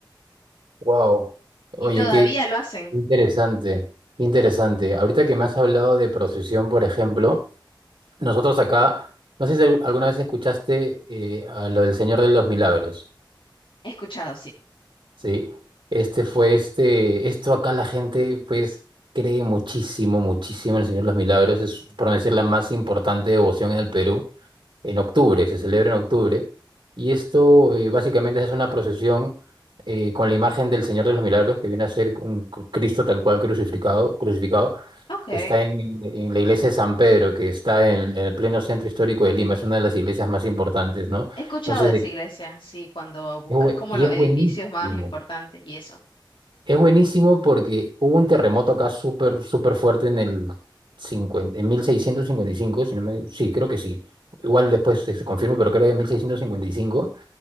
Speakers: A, on the right (about 75°); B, on the left (about 80°).
A: Wow.
B: Y
A: Oye,
B: todavía
A: qué
B: lo hacen.
A: interesante, qué interesante. Ahorita que me has hablado de procesión, por ejemplo. Nosotros acá, no sé si alguna vez escuchaste eh, a lo del Señor de los Milagros,
B: He escuchado, sí.
A: ¿sí? Este fue este, esto acá la gente pues cree muchísimo, muchísimo en el Señor de los Milagros, es por no decir la más importante devoción en el Perú, en octubre, se celebra en octubre, y esto eh, básicamente es una procesión eh, con la imagen del Señor de los Milagros, que viene a ser un Cristo tal cual crucificado, crucificado,
B: Ok.
A: Está en, en la iglesia de San Pedro, que está en, en el pleno centro histórico de Lima. Es una de las iglesias más importantes, ¿no?
B: He escuchado
A: Entonces,
B: de
A: de-
B: esa iglesia, sí, cuando buscas
A: es bue-
B: como
A: y
B: los
A: es
B: edificios
A: buenísimo.
B: más importantes y eso.
A: Es buenísimo porque hubo un terremoto acá súper, súper fuerte en el 50 en 1655 si no me, sí, creo que sí. Igual después se se confirma, pero creo que en 1655